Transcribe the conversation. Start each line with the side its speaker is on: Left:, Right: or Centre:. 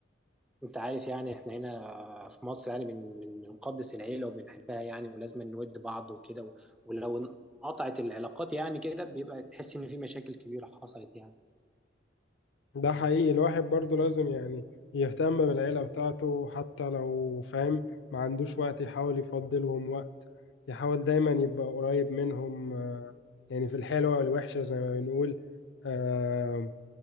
Centre: انت عارف يعني احنا هنا في مصر يعني بن- بن- بنقدس العيله وبنحبها يعني ولازم نود بعض وكده و- ولو انقطعت العلاقات يعني كده بيبقى تحس ان في مشاكل كبيره حصلت يعني
Left: ده حقيقي الواحد برضه لازم يعني يهتم بالعيلة بتاعته حتى لو فاهم ما عندوش وقت يحاول يفضلهم وقت يحاول دايما يبقى قريب منهم آه، يعني في الحلوة والوحشة زي ما بنقول آه،